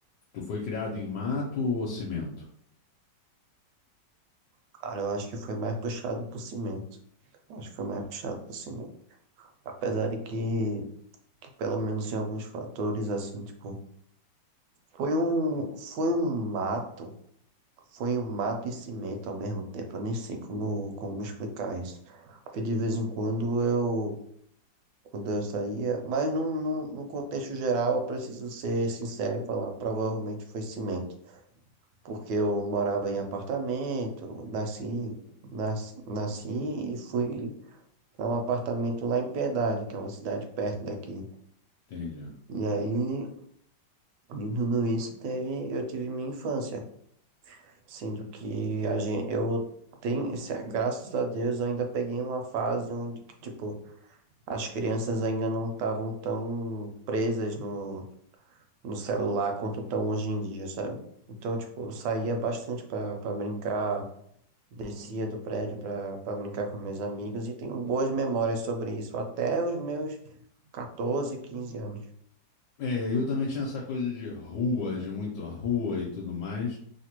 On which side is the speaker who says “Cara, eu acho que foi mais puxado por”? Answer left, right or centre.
Right